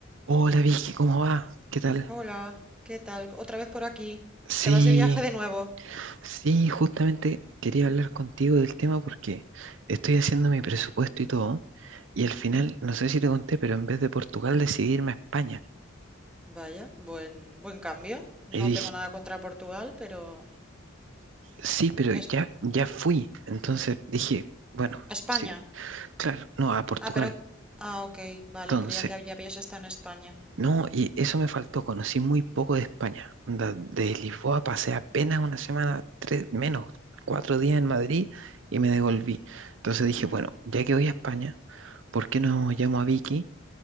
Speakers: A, on the right; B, in the centre.
A: Hola Vicky, ¿cómo va? ¿Qué tal?
B: Hola, ¿qué tal? Otra vez por aquí.
A: Sí,
B: ¿Te vas de viaje de nuevo?
A: sí, justamente quería hablar contigo del tema porque estoy haciendo mi presupuesto y todo, y al final, no sé si te conté, pero en vez de Portugal decidí irme a España.
B: Vaya, buen, buen cambio. No
A: Y dije,
B: tengo nada contra Portugal, pero...
A: sí, pero
B: Esp-
A: ya, ya fui. Entonces dije, bueno,
B: España.
A: sí, claro, no, a Portugal.
B: Ah, pero... Ah, ok, vale,
A: entonces.
B: creía que ya habías estado en España.
A: No, y eso me faltó, conocí muy poco de España. Onda, de Lisboa pasé apenas una semana, tres, menos, cuatro días en Madrid y me devolví. Entonces dije, bueno, ya que voy a España, ¿por qué no llamo a Vicky